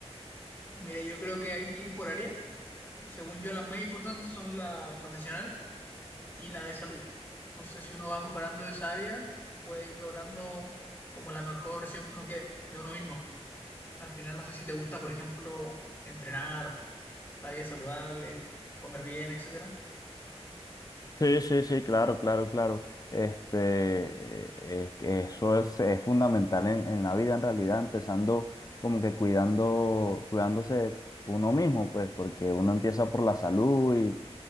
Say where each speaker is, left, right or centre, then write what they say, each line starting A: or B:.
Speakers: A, on the left (about 20°); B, on the left (about 35°).
A: Mira, yo creo que hay que ir por área. Según yo, las más importantes son la profesional y la de salud. Entonces, si uno va mejorando esa área, puede ir logrando como la mejor versión que uno quiere de uno mismo. Al final, no sé si te gusta, por ejemplo, entrenar, la vida saludable, comer bien, etcétera.
B: Sí, sí, sí, claro, claro, claro. Este, eh, es que eso es, es fundamental en, en la vida, en realidad, empezando como que cuidando, cuidándose uno mismo, pues, porque uno empieza por la salud y,